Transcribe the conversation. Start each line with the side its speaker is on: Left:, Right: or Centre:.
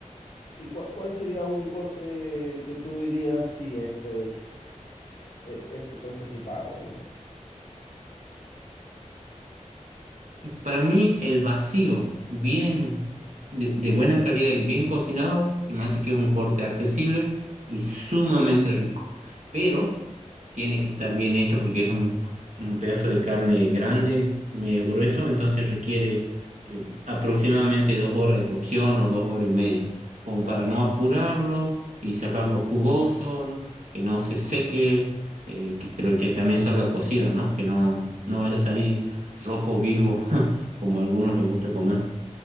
Left: ¿Y cuál, cuál sería un corte que tú dirías si este es, eh, este, por este sí pago, ¿no?
Right: Y Para mí, el vacío, bien de, de buena calidad y bien cocinado, se me hace que es un corte accesible y sumamente rico. Pero tiene que estar bien hecho porque es un, un pedazo de carne grande, medio grueso, entonces requiere eh, aproximadamente dos horas de cocción o dos horas y media, como
Left: Claro.
Right: para no apurarlo y sacarlo jugoso, que no se seque, eh, que- pero que también salga cocido, ¿no? Que no, no vaya a salir rojo vivo como a algunos les gusta comer.